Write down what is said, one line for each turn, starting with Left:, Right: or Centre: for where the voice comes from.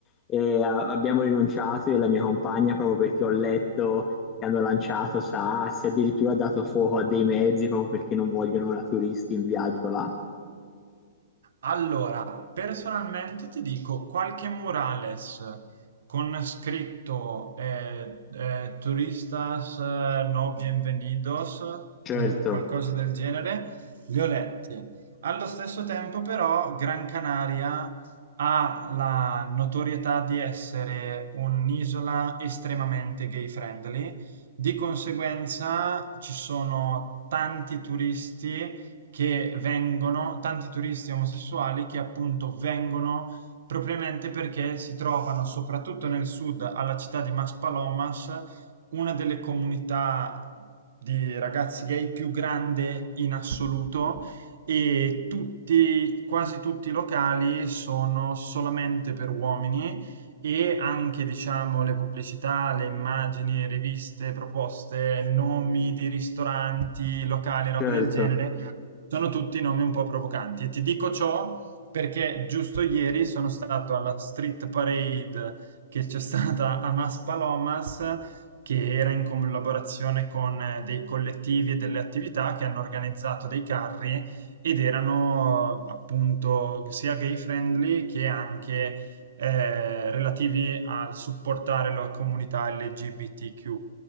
Left: e a- abbiamo rinunciato io e la mia compagna proprio perché ho letto che hanno lanciato sassi, addirittura dato fuoco a dei mezzi proprio perché non vogliono ora turisti in viaggio là.
Right: Allora, personalmente ti dico qualche murales con scritto eh, eh, Turistas eh, no bienvenidos,
Left: Certo.
Right: un qualcosa del genere, li ho letti. Allo stesso tempo, però, Gran Canaria ha la notorietà di essere un'isola estremamente gay friendly, di conseguenza ci sono tanti turisti che vengono, tanti turisti omosessuali che appunto vengono propriamente perché si trovano soprattutto nel sud, alla città di Maspalomas, una delle comunità di ragazzi gay più grande in assoluto e tutti, quasi tutti i locali sono solamente per uomini e anche diciamo le pubblicità, le immagini, riviste, proposte, nomi di ristoranti, locali, roba
Left: Certo,
Right: del genere sono tutti nomi un po' provocanti e ti dico ciò perché giusto ieri sono stato alla street parade che c'è stata a Maspalomas, che era in collaborazione con eh, dei collettivi e delle attività che hanno organizzato dei carri ed erano appunto sia gay friendly che anche eh, relativi al supportare la comunità LGBTQ+.